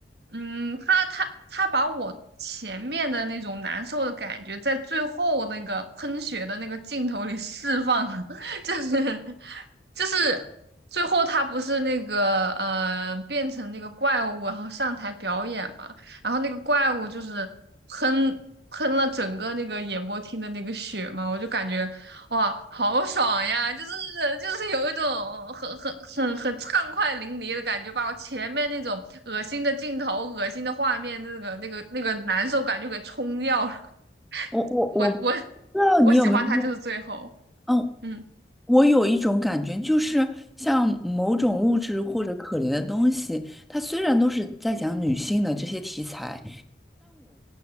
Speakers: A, on the right; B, in the centre.
A: 嗯，他他他把我前面的那种难受的感觉，在最后那个喷血的那个镜头里 <laughs> 释放了，<laughs> 就是就是最后他不是那个呃变成那个怪物，然后上台表演嘛，然后那个怪物就是喷喷了整个那个演播厅的那个血嘛，我就感觉哇，好爽呀！就是就是有一种很很很很畅快淋漓的感觉，把我前面那种恶心的镜头、恶心的画面、那个那个那个难受感就给冲掉了。
B: 我我我不
A: <laughs> 我我
B: 知道你有没有说，
A: 我喜欢他就是最后，
B: 嗯，
A: 嗯
B: 我有一种感觉，就是像某种物质或者可怜的东西，它虽然都是在讲女性的这些题材，